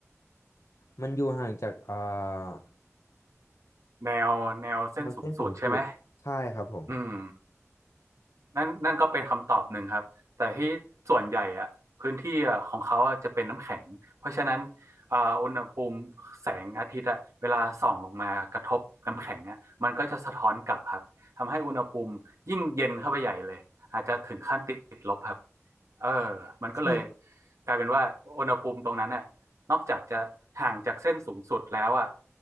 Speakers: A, on the left (about 75°); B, on the right (about 70°).
A: มันอยู่ห่างจากอ่า
B: แนวแนวเส้นสูงสุดใช่ไหม
A: แนวเส้นศูนย์สูตรใช่ครับผม
B: อืม นั่นนั่นก็เป็นคำตอบหนึ่งครับแต่ที่ส่วนใหญ่อะพื้นที่อะของเขาอะจะเป็นน้ำแข็งเพราะฉะนั้นอ่าอุณหภูมิแสงอาทิตย์อะเวลาส่องลงมากระทบน้ำแข็งอะมันก็จะสะท้อนกลับครับทำให้อุณหภูมิยิ่งเย็นเข้าไปใหญ่เลยอาจจะถึงขั้นติดลบครับเออมันก็เลย
A: คือมัน
B: กลายเป็นว่าอุณหภูมิตรงนั้นน่ะนอกจากจะห่างจากเส้นสูงสุดแล้วอ่ะ